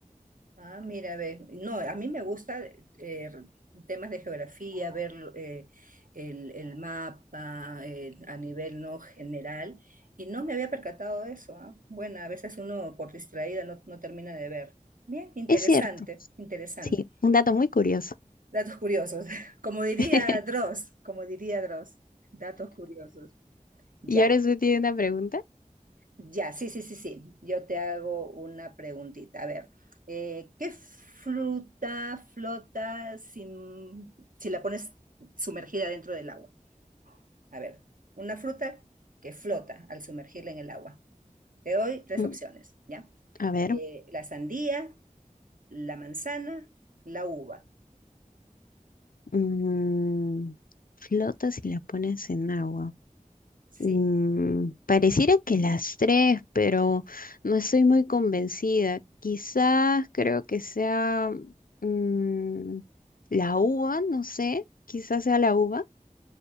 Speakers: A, on the right; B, on the left.
A: Ah, mira, ve, no, a mí me gusta eh, temas de geografía, ver eh, el, el mapa eh, a nivel no general, y no me había percatado de eso, ah. Bueno, a veces uno por distraída no, no termina de ver. Bien, interesante,
B: Es cierto.
A: interesante.
B: Sí, un dato muy curioso.
A: Datos curiosos, <laughs> como diría
B: <laughs>
A: Dross, como diría Dross, datos curiosos. Ya,
B: ¿Y ahora usted tiene una pregunta?
A: Ya, sí, sí, sí, sí. Yo te hago una preguntita. A ver, eh, ¿qué fruta flota sin- si la pones sumergida dentro del agua? A ver, una fruta que flota al sumergirla en el agua. Te doy tres
B: Mm,
A: opciones, ¿ya?
B: A ver.
A: Eh, la sandía, la manzana, la uva.
B: Mm, flota si la pones en agua.
A: Sí.
B: Mm, pareciera que las tres, pero no estoy muy convencida. Quizás creo que sea mm, la uva, no sé. Quizás sea la uva.